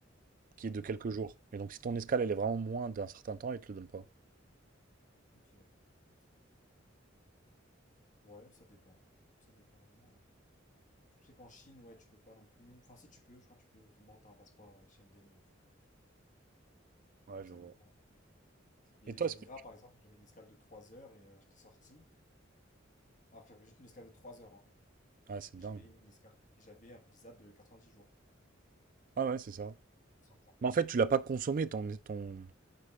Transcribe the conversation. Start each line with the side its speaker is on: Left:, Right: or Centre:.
Right: qui
Left: Ok,
Right: est de quelques jours. Et donc, si ton escale, elle est vraiment moins d'un certain temps, ils te le donnent pas.
Left: ok, peut-être. Ouais, ça dépend. Écoute, ça dépend vraiment. hein. Je sais qu'en Chine, ouais, tu peux pas non plus. Enfin, si tu peux, je crois que tu peux. Du moment que t'as un passeport euh, Schengen, euh, tu peux.
Right: Ouais,
Left: Donc
Right: je
Left: ça
Right: vois.
Left: dépend. Mais
Right: Et
Left: les
Right: toi, est-ce
Left: Émirats,
Right: que. tu-
Left: par exemple, j'avais une escale de 3 heures et euh, j'étais sorti. Alors que j'avais juste une escale de 3 heures. Hein.
Right: Ah, c'est
Left: Et
Right: dingue.
Left: J'avais une escale... et j'avais un visa de 90 jours
Right: Ah ouais, c'est ça.
Left: en sortant.
Right: Mais en fait, tu l'as pas consommé ton, ton,